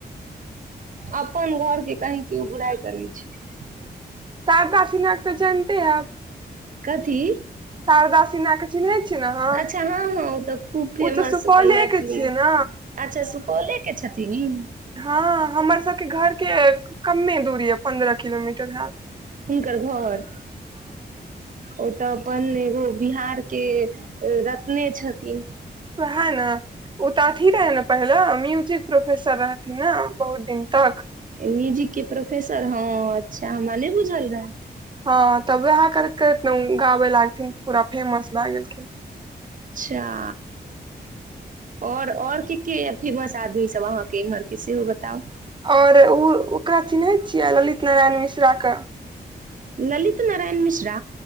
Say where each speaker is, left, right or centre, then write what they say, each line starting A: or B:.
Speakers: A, on the right; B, on the right.
A: अप्पन घरके कहीँ केओ बुराइ करै छै
B: शारदा सिन्हा के त जैनते हेब
A: कथी
B: शारदा सिन्हा के चिन्है छियै ने अहाँ
A: अच्छा हँ हँ ओ तऽ खूब फेमस
B: ओ तऽ सुपौले
A: अपन मैथिली
B: के छियै ने
A: अच्छा सुपौले के छथिन इ
B: हँ हमर सभके घरके कममे दूरी अय पन्द्रह किलोमीटर हेत
A: हिनकर घर ओ तऽ अपन ओ बिहार के रत्ने छथिन
B: है न ओ तऽ अथी रहै ने पहिले म्यूजिक प्रोफेसर रहथिन ने बहुत दिन तक
A: म्यूजिक के प्रोफेसर हँ अच्छा हमरा नहि बुझल रहे
B: हँ तब वहा करैत करैत ने गाबे लागथिन तऽ पूरा फेमस भए गेलखिन
A: जा ओर और के के अय फेमस आदमी सब अहाँके इमहर के सेहो बताउ
B: आओर उ ओकरा चिनहै छियै ललित नारायण मिश्राके
A: ललित नारायण मिश्रा